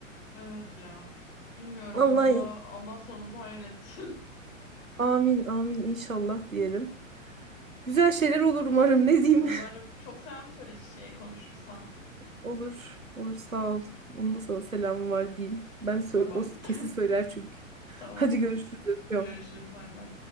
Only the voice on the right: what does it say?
Vallahi
amin amin inşallah diyelim. Güzel şeyler olur umarım
ne diyeyim.
Olur. Olur sağ ol. Onun da sana selamı var diyeyim. Ben sö-
o kesin söyler çünkü. <laughs>
Hadi görüşürüz öpüyorum.